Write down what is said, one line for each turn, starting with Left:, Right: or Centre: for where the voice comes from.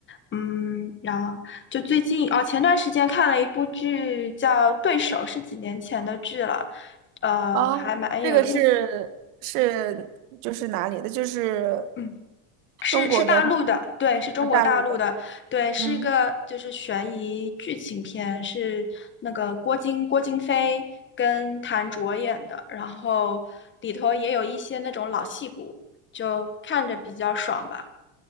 Left: 嗯，然后就最近哦，前段时间看了一部剧叫《对手》，是几年前的剧了，呃，
Right: 哦，
Left: 还蛮有意思的。
Right: 这个是是就是哪里的？就是
Left: 嗯是是大陆的，
Right: 中国的还
Left: 对，是中国大陆的，
Right: 大陆的？
Left: 对，是一个就是悬疑剧情片，
Right: 嗯，
Left: 是那个郭京郭京飞跟谭卓演的，然后里头也有一些那种老戏骨，就看着比较爽吧。